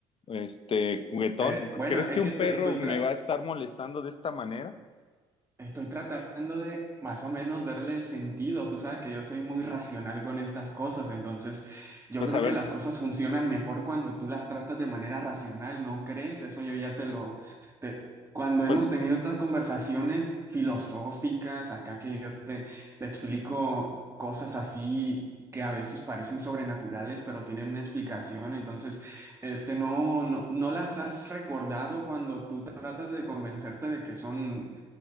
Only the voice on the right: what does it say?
eh,
bueno, es
que estoy,
estoy tra-
Estoy tratando de más o menos verle el sentido. Tú sabes que yo soy muy racional con estas cosas, entonces yo
creo
que las cosas funcionan mejor cuando tú las tratas de manera racional, ¿no crees? Eso yo ya te lo... te- Cuando hemos
tenido estas conversaciones filosóficas, acá que yo te, te explico cosas así que a veces parecen sobrenaturales, pero tienen una explicación, entonces este, no, no, no las has recordado cuando tú tratas de convencerte de que son